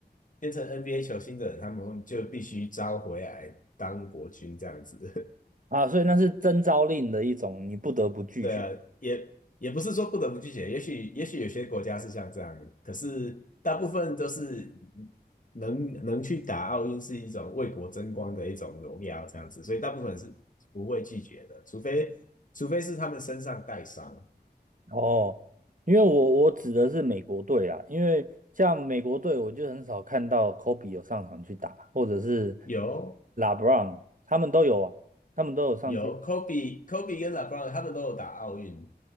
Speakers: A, on the left; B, on the right.
A: 变成 NBA 球星的人，他们就必须招回来当国军这样子。
B: 啊，所以那是征召令的一种，你不得不拒绝
A: 对啊，也也不是说不得不拒绝，也许也许有些国家是像这样，可是大部分都是能能去打奥运是一种为国争光的一种荣耀这样子，所以大部分是不会拒绝的，除非除非是他们身上带伤。
B: 哦。因为我我指的是美国队啦，因为像美国队，我就很少看到 Kobe 有上场去打，或者是
A: 有
B: LeBron，他们都有啊，他们都有上去。
A: 有，Kobe Kobe 跟 LeBron 他们都有打奥运。